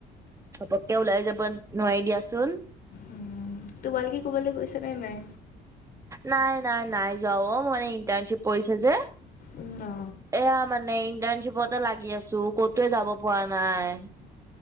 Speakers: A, on the right (about 20°); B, on the left (about 60°).
A: ঘপককে ওলাই যাব নোৱাৰি দিয়াচোন।
B: উম,। তোমালোকে কবালে গৈছা নে নাই?
A: নাই নাই নাই যোৱা অ মানে ইণ্টাৰ্ণশ্বিপ পৰিছে যে।
B: উম অ
A: এয়া মানে ইণ্টাৰ্ণশ্বিপতে লাগি আছো ক'তোৱে যাব পৰা নাই।